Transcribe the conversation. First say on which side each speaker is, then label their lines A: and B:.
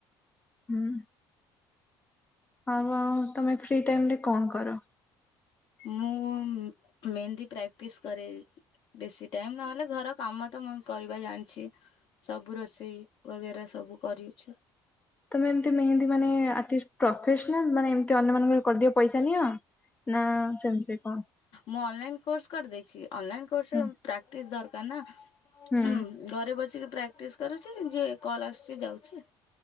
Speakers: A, on the left (about 15°); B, on the left (about 65°).
A: ହୁଁ। ଆଉ ଆଉ ତମେ ଫ୍ରି ଟାଇମରେ କଣ କର?
B: ମୁଁ ମେହେନ୍ଦି ପ୍ରାକଟିସ କରେ। ବେଶୀ ଟାଇମ ନହେଲେ ଘର କାମ ତ ମୁଁ କରିବା ଜାଣିଚି। ସବୁ ରୋଷେଇ ବଗେରା ସବୁ କରିଛ
A: ତମେ ଏମତି ମେହନ୍ଦୀ ମାନେ ଆର୍ଟିଷ୍ଟ ପ୍ରଫେସନାଲ ମାନେ ଏମତି ଅନ୍ୟ ମାନଙ୍କ କରିଦିଅ ପଇସା ନିଅ, ନା ସେମିତି କଣ
B: ମୁଁ ଅନଲାଇନ କୋର୍ସ କରିଦେଇଛି, ଅନଲାଇନ କୋର୍ସ
A: ହୁଁ
B: ରେ ପ୍ରାକ୍ଟିସ ଦରକାର ନା।
A: ହୁଁ
B: ଘରେ ବସିକି ପ୍ରାକ୍ଟିସ୍ କରୁଚି, ଯିଏ କଲ୍ ଆସୁଛି ଯାଉଛି।